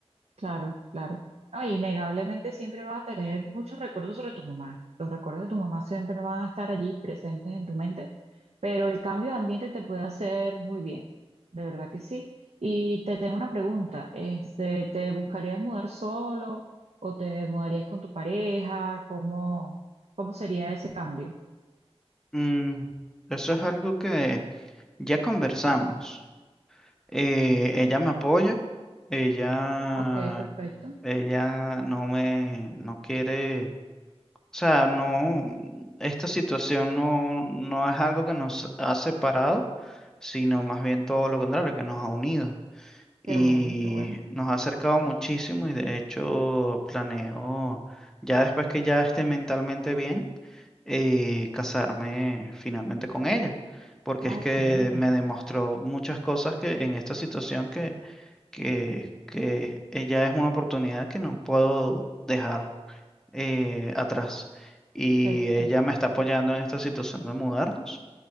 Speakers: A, on the right; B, in the centre.
A: claro, claro. No, innegablemente siempre vas a tener muchos recuerdos sobre tu mamá. Los recuerdos de tu mamá siempre van a estar allí presentes en tu mente, pero el cambio de ambiente te puede hacer muy bien, de verdad que sí. Y te tengo una pregunta, este, ¿te buscarías mudar solo o te mudarías con tu pareja? ¿Cómo, cómo sería ese cambio?
B: Mm, eso es algo que ya conversamos. Eh, ella me apoya, ella,
A: Ok, perfecto.
B: ella no me, no quiere, o sea, no, esta situación no, no es algo que nos ha separado, sino más bien todo lo contrario, que nos ha unido. y
A: Qué bueno, qué bueno.
B: nos ha acercado muchísimo y de hecho planeo, ya después que ya esté mentalmente bien, eh, casarme finalmente con ella, porque
A: Ah,
B: es que
A: excelente.
B: me demostró muchas cosas que en esta situación que, que, que ella es una oportunidad que no puedo dejar eh, atrás. Y
A: Perfecto.
B: ella me está apoyando en esta situación de mudarnos.